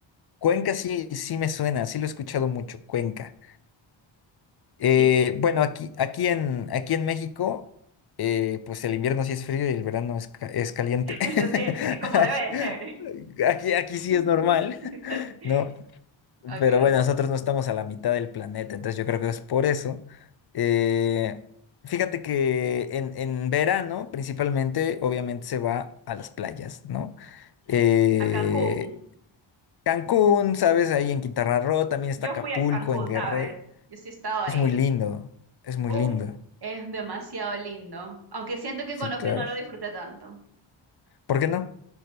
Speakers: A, on the left (about 55°); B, on the right (about 50°).
A: Cuenca sí, sí me suena, sí lo he escuchado mucho, Cuenca. Eh,
B: Sí,
A: bueno, aquí, aquí en, aquí en México, eh, pues el invierno sí es frío y el verano es, ca- es caliente.
B: <laughs>
A: <laughs>
B: sí, es como debe de ser.
A: Aquí, aquí sí
B: <laughs>
A: es normal. No,
B: okay
A: pero bueno, nosotros no estamos a la mitad del planeta, entonces yo creo que es por eso. Eh, fíjate que en, en verano, principalmente, obviamente se va a las playas, ¿no? Eh,
B: A Cancún.
A: Cancún, ¿sabes? Ahí en Quintana Roo, también está
B: Yo
A: Acapulco,
B: fui a Cancún,
A: en Guerrero.
B: ¿sabes? Yo sí he estado ahí.
A: Es muy lindo, es muy
B: Uf,
A: lindo.
B: es demasiado lindo. Aunque siento que
A: Sí,
B: cuando
A: claro.
B: fui no lo disfruté tanto.
A: ¿Por qué no?